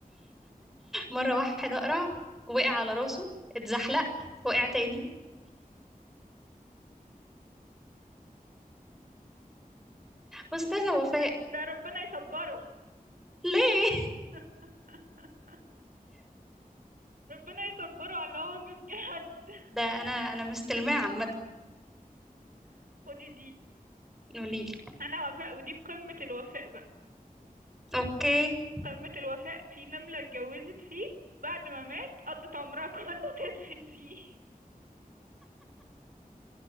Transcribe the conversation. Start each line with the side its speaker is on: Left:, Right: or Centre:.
Centre: مره واحد اقرع وقع على راسه اتزحلق وقع تاني استاذه وفاء
Right: <laughs> ده ربنا يصبره
Centre: ليه
Right: <laughs> ربنا يصبره على اللي هو فيه بجد
Centre: <laughs> ده انا انا مستلماه عامه
Right: <laughs> خدي دي
Centre: قولي لي
Right: انا وفاء ودي قمة الوفاء بقى.
Centre: اوكي
Right: قمة الوفاء في نملة اتجوزت فيه بعد ما مات قضت عمرها كله <laughs> تدفن فيه